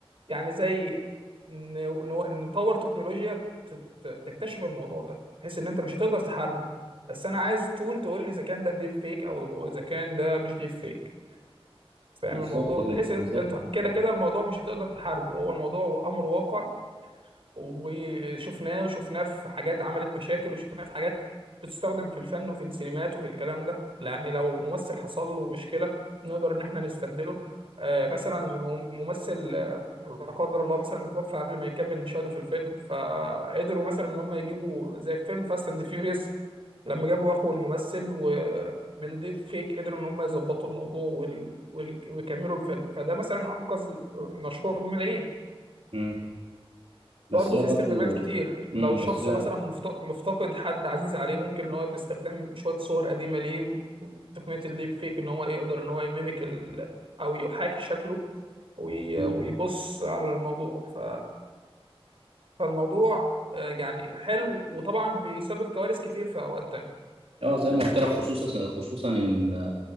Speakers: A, on the right (about 65°); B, on the right (about 85°).
A: يعني زي ن- ن- نطور تكنولوجيا تت- تكتشف الموضوع ده بحيث ان انت مش هتقدر تحاربه بس انا عايز تول تقول لي اذا كان ده ديب فيك او اذا كان ده مش ديب فيك فاهم
B: بالظبط
A: الموضوع
B: كده
A: بحيث ان
B: بالظبط
A: انت أنت كده كده الموضوع مش هتقدر تحاربه هو الموضوع امر واقع وشفناه وشفناه في حاجات عملت مشاكل وشفناه في حاجات بتستخدم في الفن وفي السينمات وفي الكلام ده يعني لو ممثل حصل له مشكلة نقدر ان احنا نستبدله آه، مثلا مم- ممثل آه، لا قدر الله مثلا اتوفى قبل ما يكمل مشاهده في الفيلم فقدروا مثلا ان هم يجيبوا زي في فيلم فاست اند فيوريوس لما جابوا اخو الممثل وبالديب فيك قدروا ان هم يظبطوا الموضوع وال... وال... ويكملوا الفيلم فده مثلا انقذ مشروع بملايين
B: مم. بس
A: برضه
B: هي
A: في استخدامات
B: برضه
A: كتير
B: مم.
A: لو شخص
B: بس هي
A: مثلا مفت- مفتقد حد عزيز عليه ممكن ان هو باستخدام شوية صور قديمة ليه وتقنية الديب فيك ان هو يقدر ان هو يميمك ال... او يحاكي شكله وي...
B: مم.
A: ويبص على الموضوع ف... فالموضوع آه، يعني حلو وطبعا بيسبب كوارث كتير في اوقات تانية
B: اه زي ما قلت لك خصوصا خصوصا ان